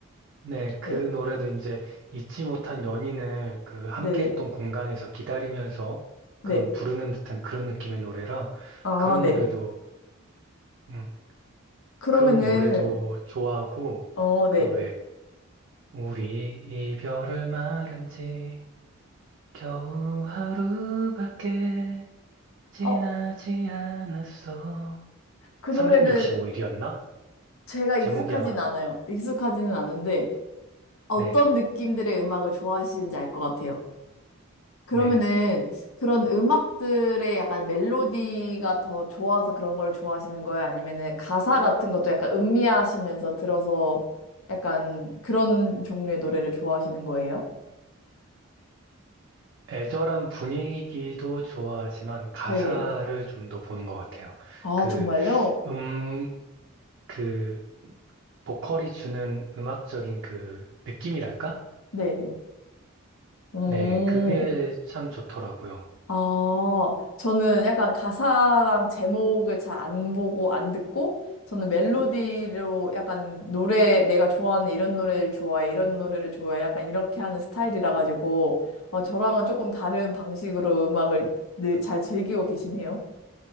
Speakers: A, on the right; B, on the left.
A: 네, 그
B: 네.
A: 노래도 이제 잊지 못한 연인을 그 함께
B: 네네.
A: 했던 공간에서 기다리면서
B: 네.
A: 그런 부르는 듯한 그런 느낌의 노래라,
B: 아,
A: 그런
B: 네.
A: 노래도, 음,
B: 그러면은,
A: 그런 노래도 좋아하고,
B: 어,
A: 그
B: 네.
A: 왜, 우리 이별을 말한 지 겨우 하루밖에 지나지
B: 어,
A: 않았어.
B: 그
A: 365일이었나?
B: 노래는 제가
A: 제목이
B: 익숙하진
A: 아마,
B: 않아요. 익숙하지는 않은데 어떤
A: 네,
B: 느낌들의 음악을 좋아하시는지 알 것 같아요. 그러면은
A: 네.
B: 그런 음악들의 약간 멜로디가 더 좋아서 그런 걸 좋아하시는 거예요? 아니면은 가사 같은 것도 약간 음미하시면서 들어서 약간 그런 종류의 노래를 좋아하시는 거예요?
A: 애절한 분위기도 좋아하지만 가사를
B: 네네.
A: 좀 더 보는 것 같아요.
B: 아,
A: 그,
B: 정말요?
A: 음, 그, 보컬이 주는 음악적인 그 느낌이랄까?
B: 네네. 음.
A: 네, 그게 참 좋더라고요.
B: 아, 저는 약간 가사랑 제목을 잘 안 보고 안 듣고, 저는 멜로디로 약간 노래, 내가 좋아하는 이런 노래를 좋아해, 이런 노래를 좋아해, 약간 이렇게 하는 스타일이라 가지고, 어, 저랑은 조금 다른 방식으로 음악을 늘 잘 즐기고 계시네요.